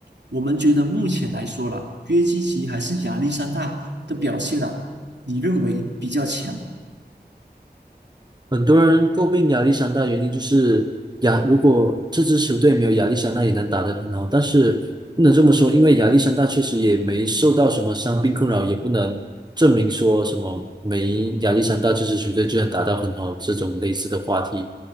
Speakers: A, on the right; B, on the right.
A: 我们觉得目前来说啦，约基奇还是亚历山大的表现啊，你认为比较强？
B: 很多人诟病亚历山大，原因就是亚，如果这支球队没有亚历山大，也能打得很好。但是不能这么说，因为亚历山大确实也没受到什么伤病困扰，也不能证明说什么没亚历山大这支球队就能打到很好这种类似的话题。